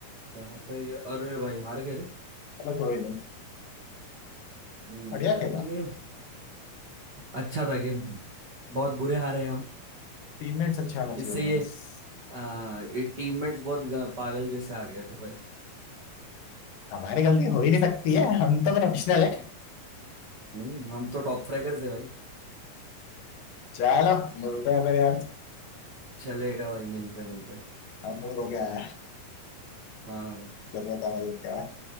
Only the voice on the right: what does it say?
कहाँ पे ये अरे भाई हार गए रे
हम्म,
अच्छा था गेम बहुत बुरे हारे हैं हम
इससे ये
आ, ये टीममेट्स बहुत ग- पागल जैसे आ गए थे भाई
हम्म, हम तो टॉप फ्रैगर्स है भाई
चलेगा भाई मिलते मिलते
हाँ